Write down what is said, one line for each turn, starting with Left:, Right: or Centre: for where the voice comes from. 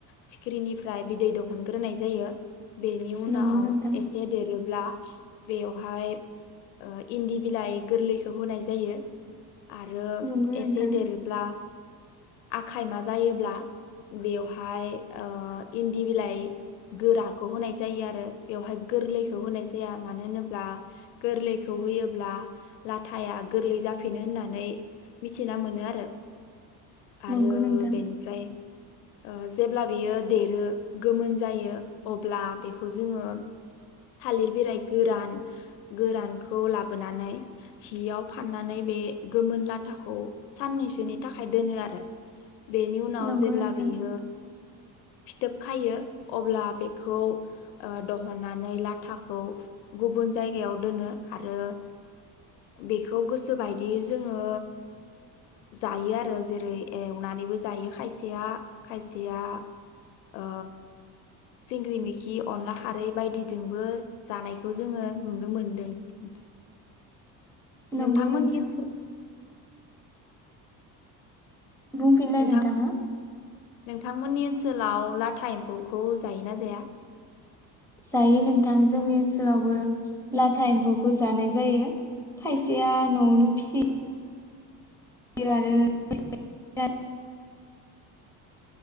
Left: सिखिरिनिफ्राय बिदै दहनग्रोनाय जायो बेनि उनाव
Centre: नंगौ नोंथां
Left: एसे देरोब्ला बेयावहाय ओ इन्दि बिलाइ गोरलैखौ होनाय जायो आरो
Centre: नंगौ नोंथां
Left: एसे देरोब्ला आखायमा जायोब्ला बेवहाय ओ इन्दि बिलाइ गोराखौ होनाय जायो आरो बेवहाय गोरलैखौ होनाय जाया मानो होनोब्ला गोरलैखौ होयोब्ला लाथाया गोरलै जाफिनो होननानै मिथिना मोनो आरो आरो
Centre: नंगौ नोंथां
Left: बेनिफ्राय ओ जेब्ला बियो देरो गोमोन जायो अब्ला बेखौ जोङो थालिर बिराय गोरान गोरानखौ लाबोनानै हियाव फाननानै बे गोमोन लाथाखौ साननैसोनि थाखाय दोनो आरो बेनि उनाव
Centre: नंगौ
Left: जेब्ला
Centre: नोंथां
Left: बियो फिथोब खायो अब्ला बेखौ ओ दहना नै लाथाखौ गुब ज दोन आरो बेखौ गोसोबायदि जोङो जायो आरो जेरै एवनानैबो जायो खायसेया खायसेया ओ सिंग्रि मिखि अनला खारै बायदि जोंबो जानायखौ जोङो नुनो मोनदों
Centre: नंगौ
Left: नोंथांमोननिसो
Centre: नोंथां बुंफिनलाय
Left: नोंथां
Centre: नोंथाङा
Left: नोंथांमोननि ओनसोलाव लाथा एम्फौखौ जायोना जाया
Centre: जायो नोंथां जोंनि ओनसोलावबो लाथा एम्फौखौ जानाय जायो खायसेया न'आवनो फिसियो बे आरो <unintelligible>